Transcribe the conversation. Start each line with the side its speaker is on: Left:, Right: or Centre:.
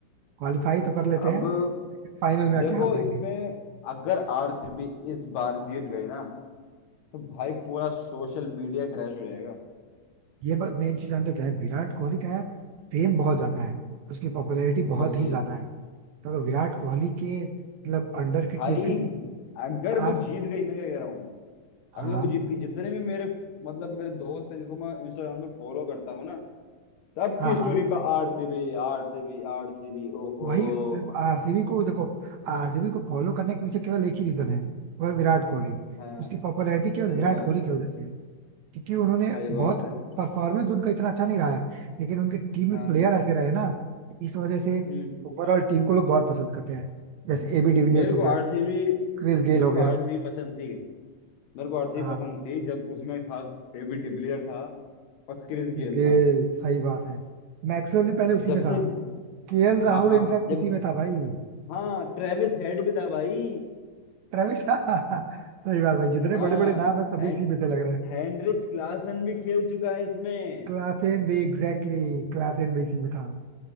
Right: क्वालिफाई तो कर लेते
Left: अब
Right: हैं फाइनल में आके
Left: देखो
Right: हार जाएंगे
Left: इसमें अगर आरसीबी इस बार जीत गई ना तो भाई पूरा सोशल मीडिया क्रैश हो जाएगा
Right: ये बात मेन चीज जानते हो क्या है विराट कोहली का यार फेम बहुत ज्यादा है उसकी पॉपुलैरिटी
Left: वही
Right: बहुत ही ज्यादा है तो अगर विराट कोहली के मतलब अंडर की टीम
Left: भाई
Right: क्योंकि
Left: अगर
Right: आर
Left: वो जीत गई मैं क्या कह रहा हूँ
Right: हाँ
Left: अगर वो जीत गई जितने भी मेरे मतलब मेरे दोस्त हैं जिसको मैं इंस्टाग्राम पे फॉलो करता हूँ ना सबकी
Right: हाँ
Left: स्टोरी
Right: हाँ
Left: पर आरसीबी आरसीबी आरसीबी ओहो
Right: वही आरसीबी को देखो आरसीबी को फॉलो करने के पीछे केवल एक ही रीजन है वह है विराट कोहली
Left: हाँ
Right: उसकी पॉपुलैरिटी केवल
Left: सही
Right: विराट
Left: बात
Right: कोहली
Left: है
Right: की वजह से है क्योंकि उन्होंने
Left: सही
Right: बहुत
Left: बात है
Right: परफॉर्मेंस उनका इतना अच्छा नहीं रहा है लेकिन उनकी टीम में
Left: हाँ
Right: प्लेयर ऐसे रहे ना इस वजह से
Left: हम्म
Right: ओवरऑल टीम को लोग बहुत पसंद करते हैं जैसे एबी डिविलियर्स
Left: मेरे
Right: हो
Left: को
Right: गया
Left: आरसीबी
Right: क्रिस गेल
Left: मेरे
Right: हो
Left: को
Right: गया
Left: आरसीबी पसंद थी मेरे को आरसीबी
Right: हाँ
Left: पसंद थी जब उसमें था एबी डिविलियर था और क्रिस
Right: क्रिस
Left: गेल
Right: गेल
Left: था
Right: सही बात है मैक्सवेल भी पहले उसी
Left: जब
Right: में था
Left: से
Right: केएल राहुल
Left: हाँ हाँ
Right: इनफैक्ट
Left: जब
Right: उसी में था भाई
Left: हाँ ट्रेविस हेड भी था भाई
Right: ट्रेविस <laughs> सही बात भाई जितने
Left: हाँ
Right: बड़े बड़े नाम है सभी
Left: है,
Right: इसी में थे लग रहा है
Left: हेनरिच क्लासन भी खेल चुका है इसमें
Right: क्लासेन भी एग्जैक्टली exactly, क्लासेन भी इसी में था